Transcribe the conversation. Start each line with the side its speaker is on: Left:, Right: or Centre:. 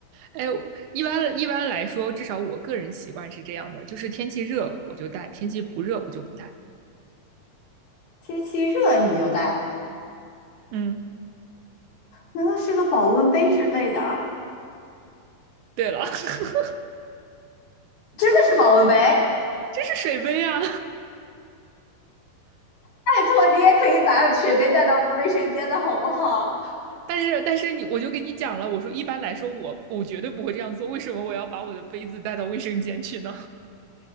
Right: 哎，一般一般来说，至少我个人习惯是这样的，就是天气热我就带，天气不热我就不带。
Left: 天气热你就带，
Right: 嗯，
Left: 难道是个保温杯之类的啊？
Right: 对了，<laughs>
Left: 真的是保温杯？拜
Right: 这是水杯啊！
Left: 托，你也可以把水杯带到卫生间的好不好？
Right: 但是但是你，我就跟你讲了，我说一般来说我我绝对不会这样做，为什么我要把我的杯子带到卫生间去呢？